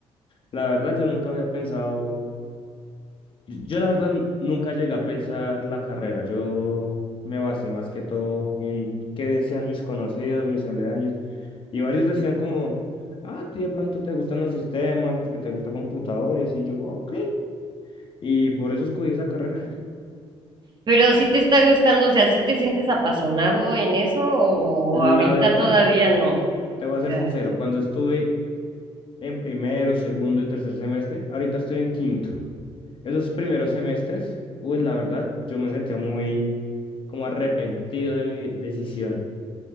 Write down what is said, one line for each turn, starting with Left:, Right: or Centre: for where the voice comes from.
Left: La verdad, yo nunca había pensado. Yo la verdad nunca llegué a pensar la carrera, yo me basé más que todo en qué decían mis conocidos, mis aledaños, y varios decían como, ah, tío, de pronto te gustan los sistemas porque te gusta computador y así, yo, ok, y por eso escogí esa carrera.
Right: Pero si te está gustando, o sea, si te sientes apasionado en eso o,
Left: <laughs> La
Right: o ahorita
Left: verdad,
Right: todavía no?
Left: te voy
Right: O
Left: a ser
Right: sea,
Left: sincero, cuando estuve en primero, segundo y tercer semestre, ahorita estoy en quinto. Esos primeros semestres, uy, la verdad, yo me sentía muy como arrepentido de mi decisión.